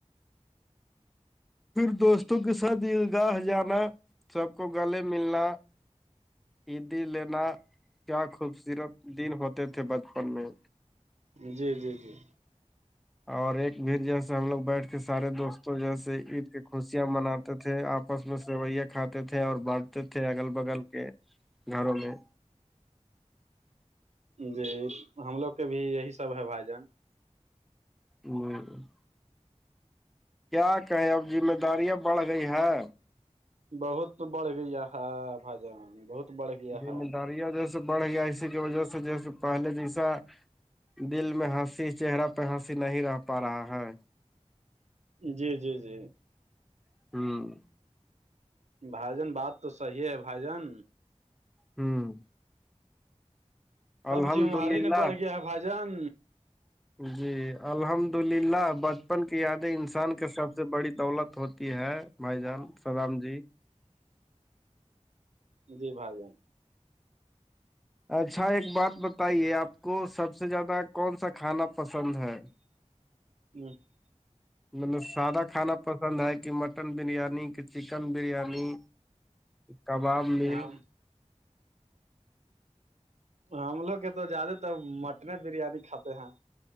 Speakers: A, in the centre; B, on the right.
A: پھر دوستوں کے ساتھ عید گاہ جانا سب کو گلے ملنا عیدی لینا کیا خوبصورت دن ہوتے تھے بچپن میں
B: جی جی جی
A: اور ایک بھی جیسے ہم لوگ بیٹھ کے سارے دوستوں جیسے عید کی خوشیاں مناتے تھے آپ آپس میں سیوئیاں کھاتے تھے اور بانٹتے تھے اگل بگل کے گھروں میں
B: جی ہم لوگ کے بھی یہی سب ہے بھ جان <unintelligible>
A: <inaudible> کیا کہے اب ذمہ داریاں بڑھ گئی ہے
B: بہت بڑھ گیا ہ بھ جان بہت بڑھ گیا
A: ذمہ
B: ہے
A: داریاں جیسے بڑھ گیا اسی کی وجہ سے جیسے پہلے جیسا دل میں ہنسی چہرہ پہ ہنسی نہیں رہ پا رہا ہے
B: جی جی جی
A: ہوں
B: بھائی جان بات تو صحیح ہے بھائی جان
A: ہوں
B: اب
A: الحمد
B: جمواری
A: للہ
B: نہیں پڑ گیا ہے بھائی جان
A: جی الحمد للہ بچپن کی یادیں انسان کے سب سے بڑی دولت ہوتی ہے مائی جان سلام جی
B: ہ جی بھا جیں
A: اچھا ایک بات بتائیے آپ کو سب سے زیادہ کون سا کھانا پسند ہے
B: <unintelligible>
A: مطلب سادہ کھانا پسند ہے کہ مٹن بریانی کہ چکن بریانی کباب مل
B: ہم ہم لوگ کے تو زیادہ تر مٹن بریانی کھاتے ہیں